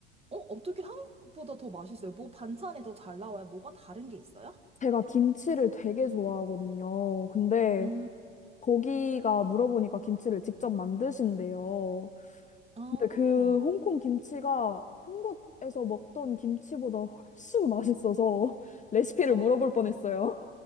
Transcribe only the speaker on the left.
<laughs> 제가 김치를 되게 좋아하거든요. 근데
거기가 물어보니까 김치를 직접 만드신대요.
근데 그 홍콩 김치가 한국에서 먹던 김치보다 훨씬 맛있어서 <laughs> 레시피를
물어볼 뻔했어요.